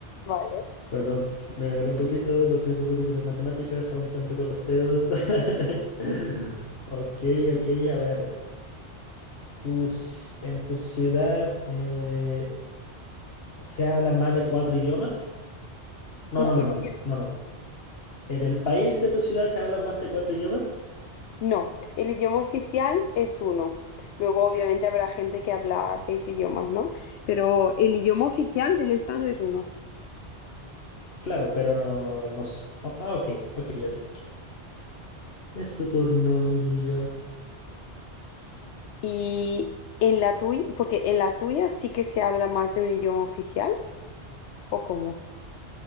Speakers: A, on the left; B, on the left.
A: Vale.
B: Perdón, me demoré un poquito, no soy muy bueno con las matemáticas, aún cuento con los dedos. <laughs> Ok, ok, a ver. ¿Tu ci- en tu ciudad eh, se hablan más de cuatro idiomas? No,
A: No,
B: no, no,
A: el,
B: no,
A: idi-
B: no, no, no. ¿En el país de tu ciudad se hablan más de cuatro idiomas?
A: no, el idioma oficial es uno. Luego, obviamente, habrá gente que habla seis idiomas, ¿no? Pero el idioma oficial del estado es uno.
B: Claro, pero no, no. s- oh, Ah, ok, ok, ok, ok. Es tu turno, mi amiga.
A: Y en la tuya, porque en la tuya sí que se habla más de un idioma oficial, ¿o cómo?